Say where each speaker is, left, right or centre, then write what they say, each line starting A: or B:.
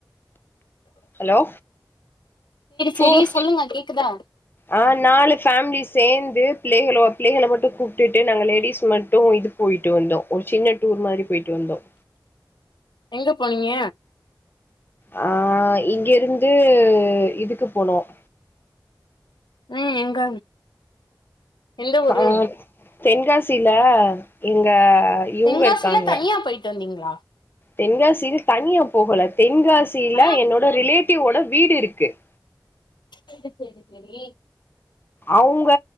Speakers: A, on the left; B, on the left.
A: ஹலோ ஃபோர்
B: சேரி சொல்லுங்க கேக்குதா
A: ஆ நாலு பேமிலிஸ் சேர்ந்து பிள்ளைகளை பிள்ளைகளை மட்டும் கூப்பிட்டுட்டு நாங்க லேடிஸ் மட்டும் இது போயிட்டு வந்தோம் ஒரு சின்ன டூர் மாரி போயிட்டு வந்தோம்
B: எங்க போனீங்க
A: ஆஹ் இங்க இருந்து இதுக்கு போனோம்
B: உம் எங்க எந்த ஒரு ஊரு
A: ஆ தென்காசில எங்க இவங்க
B: தென்காசில
A: இருக்காங்க
B: தனியா போயிட்டு வந்தீங்களா
A: தென்காசியில தனியா போகல தென் தென்காசியில
B: ஆ
A: என்னோட ரிலேட்டிவ்வோட வீடு இருக்கு கே
B: சரி சரி
A: அவுங்க